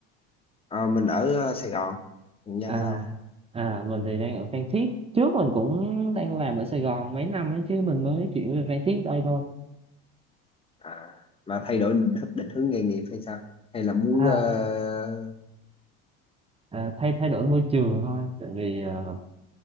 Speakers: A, on the left (about 20°); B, on the right (about 20°).
A: Ờ, mình ở ờ, Sài Gòn, Nhân
B: à
A: ở đâu?
B: à mình thì đang ở Phan Thiết trước mình cũng đang làm ở Sài Gòn mấy năm đó chứ mình mới chuyển về Phan Thiết đây thôi
A: à, mà thay đổi định, định hướng nghề nghiệp hay sao hay là muốn
B: à,
A: ờ,
B: à thay thay đổi môi trường thôi tại vì ờ,